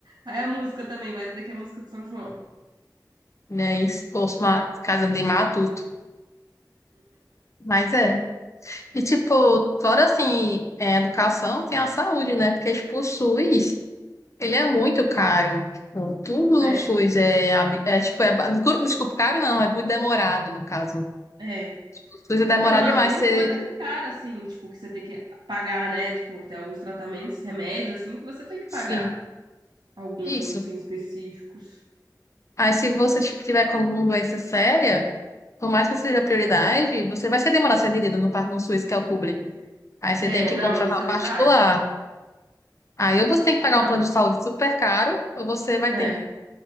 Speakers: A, on the right (about 80°); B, on the left (about 45°).
A: Aí a música também, vai dizer que é a música de São João.
B: Né? E expôs uma casando de matuto. Mas é. E tipo, fora assim, é, educação, tem a saúde, né? Porque expulsou isso. Ele é muito caro. Tipo, Tudo no
A: É,
B: SUS é, ab- é tipo, é, ba- desculpa, desculpa, caro não, é muito demorado no caso.
A: é.
B: O SUS é demorado
A: Não, não,
B: demais,
A: e tem
B: você,
A: coisa que, é cara, assim, tipo, que você tem que pagar, né? Tipo, tem alguns tratamentos, remédios, assim, que você tem que
B: sim,
A: pagar. Alguns,
B: isso.
A: assim, específicos.
B: Aí se você tipo, tiver com alguma doença séria, por mais que seja prioridade, você vai se demorar a ser atendido no, par- no SUS, que é o público. Aí você
A: É,
B: tem que
A: não,
B: contratar
A: isso
B: um
A: é
B: particular.
A: verdade.
B: Aí ou você tem que pagar
A: Não,
B: um plano de saúde super caro, ou você vai
A: É.
B: ter que